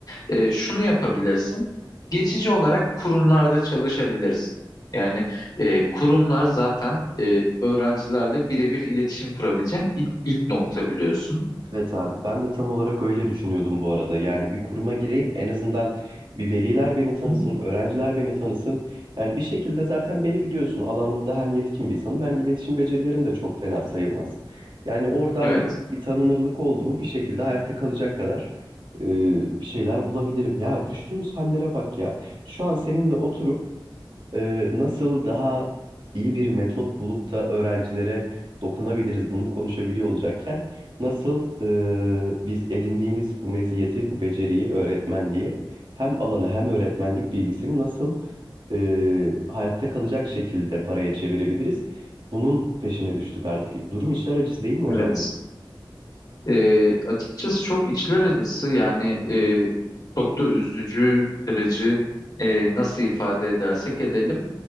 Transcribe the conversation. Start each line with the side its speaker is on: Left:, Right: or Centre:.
Left: e, şunu yapabilirsin. Geçici olarak kurumlarda çalışabilirsin. Yani e, kurumlar zaten e, öğrencilerle birebir iletişim kurabileceğin ilk, ilk nokta biliyorsun.
Right: Evet abi ben de tam olarak öyle düşünüyordum bu arada. Yani bir kuruma gireyim en azından bir veliler beni
Left: Hı
Right: tanısın,
Left: hı.
Right: öğrenciler beni tanısın. Yani bir şekilde zaten beni biliyorsun alanımda hem yetkin bir insanım hem iletişim becerilerim de çok fena sayılmaz. Yani oradan
Left: Evet.
Right: bir tanınırlık oldu mu bir şekilde hayatta kalacak kadar e, bir şeyler bulabilirim. Ya düştüğümüz hallere bak ya. Şu an seninle oturup e, nasıl daha iyi bir metot bulup da öğrencilere dokunabiliriz bunu konuşabiliyor olacakken nasıl e, biz edindiğimiz bu meziyeti, bu beceriyi, öğretmenliği hem alanı hem öğretmenlik bilgisini nasıl e, hayatta kalacak şekilde paraya çevirebiliriz? Bunun peşine düştük artık. Durum içler acısı değil mi hocam
Left: Evet.
Right: ya?
Left: E, açıkçası çok içler acısı yani e, çok da üzücü, kırıcı e, nasıl ifade edersek edelim.